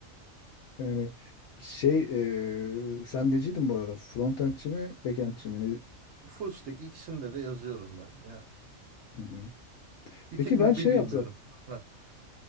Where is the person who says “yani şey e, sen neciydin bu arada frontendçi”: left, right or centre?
Left